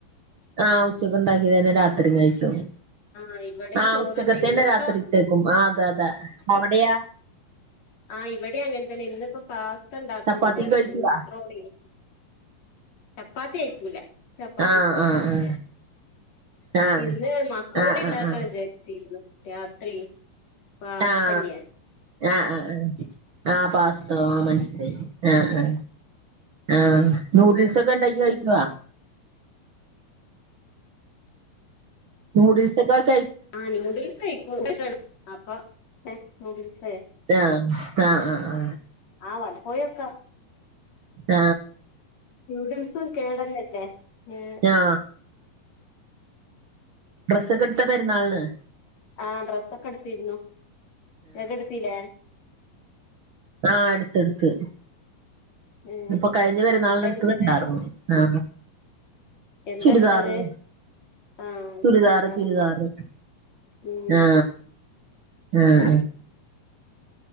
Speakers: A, on the right (about 50°); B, on the left (about 45°).
A: അ ഉച്ചക്ക് ഉണ്ടാക്കിയതെന്നെ രാത്രിയും കഴിക്കോള്ളൂ.
B: ആഹ് ഇവിടെയും
A: അ
B: ചോറ്ന്നെ
A: ഉച്ചക്കത്തന്നെ
B: ഇന്നിപ്പ
A: രാത്രിത്തേക്കും ആ അതെ അതെ അവിടെയ
B: ആഹ് ഇവിടെം അങ്ങനെ തന്നെ ഇന്നിപ്പോ പാസ് ത ഇണ്ടാക്കണം
A: ചപ്പാത്തി
B: വിചാരിച്ചീനു
A: കഴിക്കുവാ
B: മക്രോണിയെ. ചപ്പാത്തി കയ്ക്കൂല ചപ്പാത്തി
A: ആഹ്
B: ഇഷ്ടല്ല.
A: ആഹ് ആഹ്
B: ഇന്ന് മക്രോണി
A: ആഹ്
B: ഇണ്ടാക്ക
A: ആഹ് ആഹ്
B: വിചാരിച്ചിരുന്നു. രാത്രി പാസ്ത
A: ആഹ്
B: ഇല്ല്യേ
A: ആഹ് ആഹ് ആഹ് ആപാസ്തോ അ മനസിലായി ആആ ആഹ് നൂഡിൽസ് ഒക്കെ ഇണ്ടാക്കി കഴിക്കോ? ന്യൂഡിൽ സൊക്കെ
B: ആന്യൂഡിൽസ് കയിക്കും <unintelligible> അപ്പൊ <unintelligible> ന്യൂഡിൽസ് ആയാ
A: ആ ആ ആആ
B: ആ വലപ്പോയൊക്ക
A: ആ
B: നൂഡിൽസും കേടന്നല്ലേ ഏഹ്
A: ഞആ ഡ്രസ്സൊക്കെ എടുത്തൊ പെരുന്നാൾന്
B: ആ ഡ്രസ്സക്കെ എടുത്തിരുന്നു ങ്ങക്ക് എടുത്തിലേ
A: ആ എടുത്ത്ടുത്ത്
B: ഉം
A: അപ്പൊ കഴിഞ്ഞ പെരുന്നാളിനടുത്തത്
B: എന്തെടുത്തത്
A: ണ്ടായിരുന്നു ആ
B: എന്തെടുത്തത്
A: ചുരിദാറ്
B: ആഹ്
A: ചുരിദാറ്
B: ചുരിദാറുണ്ട്
A: ചുരിദാറ്
B: ഉം
A: ആ ആആ